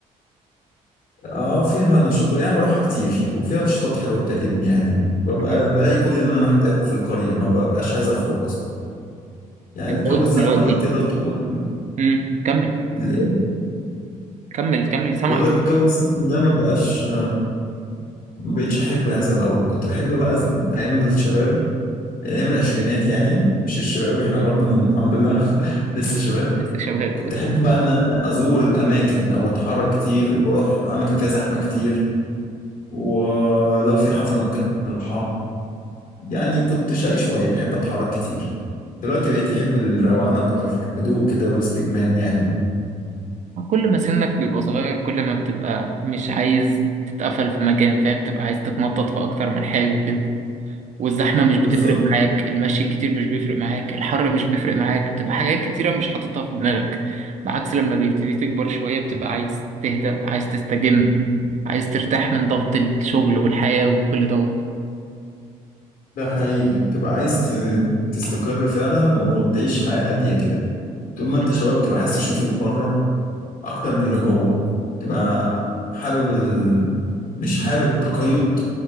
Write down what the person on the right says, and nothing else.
امم
انت
قلت
دلوقتي
امم كمل
كمل كمل سامعك
لسه شباب
كل ما سنك بيبقى صغير كل ما بتبقى مش عايز تتقفل في مكان فاهم تبقى عايز تتنطط في اكتر من حاجه كده والزحمة مش بتفرق
معاك المشي كتير مش بيفرق معاك الحر مش بيفرق معاك بتبقى حاجات كتيرة مش حاططها في دماغك بعكس لما بيبتدي تكبر شوية بتبقى عايز تهدى عايز تستجم عايز ترتاح من ضغط الشغل والحياة وكل دوت
مم.